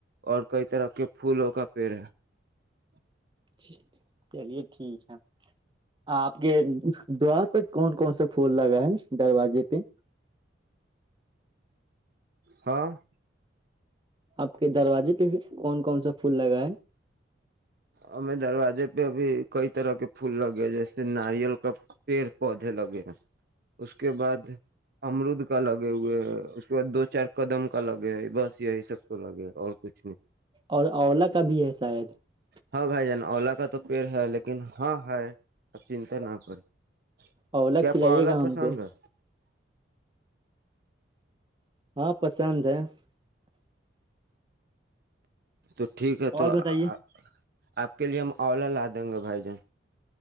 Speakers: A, on the right (about 50°); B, on the right (about 25°).
A: اور کئی طرح کے پھولوں کا پیڑ ہے <unintelligible>
B: چ چلیے <unintelligible> ٹھیک ہے آپ کے دوار تک کون کون سا پھول لگا ہے دروازے پہ <unintelligible>
A: ہاں <unintelligible>
B: آپ کے دروازے پہ بھی کون کون سا پھول لگا ہے
A: ہمیں دروازے پہ ا بھی کئی طرح کے پھول لگے جیس ناریل کا پیڑ پودے لگے اس کے بعد امرود کا لگے ہوئے ہے اس کے بعد دو چار کدم کا لگے ہو بس یہی سب تو لگے اور کچھ نہیں
B: اور اولا کا بھی ہے شاید <unintelligible>
A: ہاں بھائی جان اولا کا تو پیڑ ہے لیکن ہاں ہے اب چنتا نہ کریں <unintelligible>
B: اولا
A: کیا
B: کھلائیے
A: آپ کو اولا
B: گا
A: پسند
B: ہم کو
A: ہے
B: ہاں پسند ہے <unintelligible>
A: تو ٹھیک ہے تو
B: اور
A: <unintelligible>
B: بتائیے
A: آپ کے لیے ہم اولا لا دیں گے بھائی جان